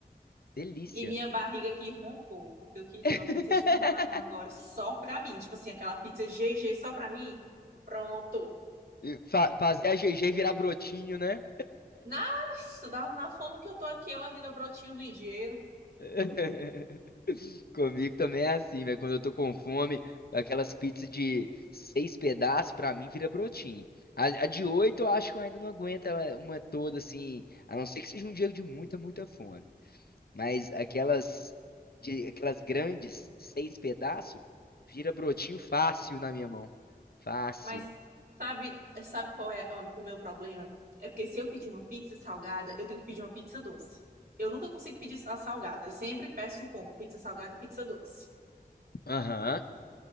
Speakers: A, on the left; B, on the right.
A: Delícia.
B: E minha barriga aqui roncou, porque eu queria
A: <laughs>
B: uma pizza de um camarão agora só pra mim. Tipo assim, aquela pizza GG só pra mim. Pronto.
A: fa- fazer a GG virar brotinho, né?
B: Nossa, dá- na fome que eu tô aqui, ela vira brotinho ligeiro.
A: <laughs> Comigo também é assim, velho. Quando eu tô com fome, aquelas pizzas de seis pedaços, pra mim, vira brotinho. A, a de oito, eu acho que eu ainda não aguento ela- uma toda, assim. A não ser que seja um dia de muita, muita fome. Mas aquelas, de, aquelas grandes, seis pedaços, vira brotinho fácil na minha mão. Fácil.
B: Mas sabe, sabe qual é a- o meu problema? É porque se eu pedir uma pizza salgada, eu tenho que pedir uma pizza doce. Eu nunca consigo pedir só a salgada. Eu sempre peço o combo, pizza salgada e pizza doce.
A: Aham.